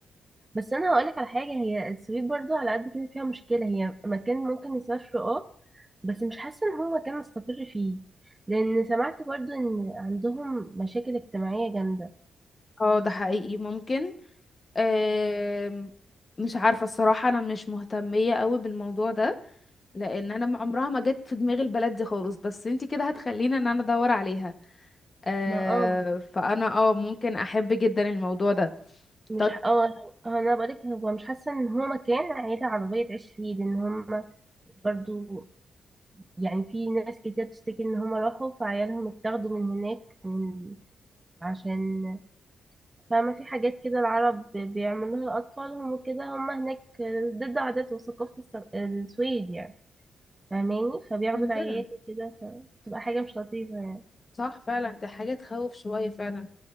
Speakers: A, on the right; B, on the left.
A: بس انا هقولك على حاجة هي السويد برضو على قد كده فيها مشكلة هي مكان ممكن نسافره اه بس مش حاسة ان هو مكان نستقر فيه لان سمعت برضو ان عندهم مشاكل اجتماعية جامدة
B: <laughs> اه ده حقيقي ممكن أم... مش عارفه الصراحه انا مش مهتميه قوي بالموضوع ده لان انا م- عمرها ما جت في دماغي البلد دي خالص بس انتي كده هتخليني ان انا ادور عليها أه...
A: ما اه
B: فانا اه ممكن احب جدا الموضوع ده
A: مش
B: طيب
A: ح- اه انا بقولك هو مش حاسة ان هو مكان عيلة عربية تعيش فيه لان هم برضو يعني في ناس كتير بتشتكي ان هم راحوا فعيالهم اتاخدوا من هناك من عشان فما في حاجات كده العرب بيعملوها لأطفالهم وكده هم هناك ضد عادات وثقافة الس- السويد يعني فاهماني فبياخدوا
B: عشان
A: العيال
B: كده
A: وكده فبتبقى حاجة مش لطيفة يعني
B: صح فعلا ده حاجة تخوف شوية فعلا